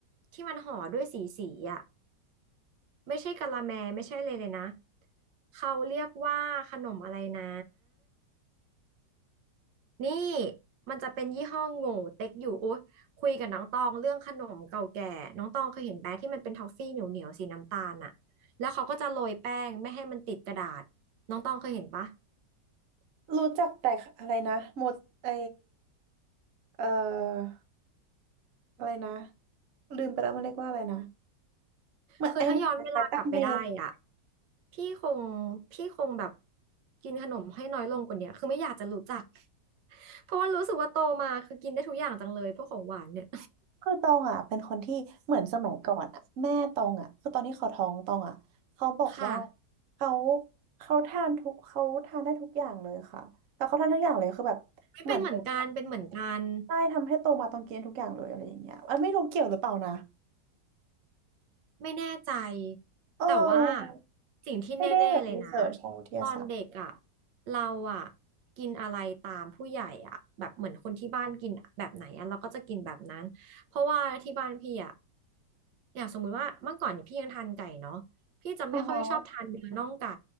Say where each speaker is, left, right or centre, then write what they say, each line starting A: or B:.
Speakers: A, on the right; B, on the right.
A: ที่มันห่อด้วยสีสีอ่ะไม่ใช่กะละแมไม่ใช่เลยเลยนะเขาเรียกว่าขนมอะไรนะ นี่มันจะเป็นยี่ห้อโง่เต็กอยู่อุ๊ยคุยกับน้องตองเรื่องขนมเก่าแก่น้องตองเคยเห็นแบะที่มันเป็นทอฟฟี่เหนียวเหนียวสีน้ำตาลอะแล้วเขาก็จะโรยแป้งไม่ให้มันติดกระดาษน้องตองเคยเห็นปะ
B: ๆรู้จักแต่อะไรนะหมดไอเอ่ออะไรนะลืมไปแล้วมันเรียกว่าอะไรนะเหมือนไอหวานคลาตังเมย์
A: คือถ้าย้อนเวลากลับไปได้อ่ะพี่คงพี่คงแบบกินขนมให้น้อยลงกว่าเนี้ยคือไม่อยากจะรู้จัก <laughs> เพราะว่ารู้สึกว่าโตมาคือกินได้ทุกอย่างจังเลยพวกของหวานเนี่ย
B: คือตองอ่ะเป็นคนที่เหมือนสมัยก่อนอ่ะแม่ตองอ่ะคือตอนที่เขาท้องตองอ่ะเขาบอกว่า
A: <laughs> ค่ะ
B: เขาเขาทานทุกเขาทานได้ทุกอย่างเลยค่ะแต่เขาทานทุกอย่างเลยคือแบบเหมือน
A: ไม่เป็นเหมือนกันเป็นเหมือนกัน
B: ได้ทำให้โตมาตองกินทุกอย่างเลยอะไรอย่างเงี้ยอันไม่รู้เกี่ยวหรือเปล่านะ
A: ไม่แน่ใจ
B: เอ
A: แต่ว่า
B: อ
A: สิ่งที่แน่ๆเลยนะ
B: ไม่ได้แบบรีเสิร์ชทางวิทยาศาสตร์
A: ตอนเด็กอ่ะเราอ่ะกินอะไรตามผู้ใหญ่อ่ะแบบเหมือนคนที่บ้านกินแบบไหนอ่ะเราก็จะกินแบบนั้นเพราะว่าที่บ้านพี่อ่ะอย่างสมมุติว่าเมื่อก่อนเนี่ยพี่ยังทานไก่เนาะพี่จะไม่ค่อยชอบทานเนื้อน่องไก่
B: อ๋อฮะ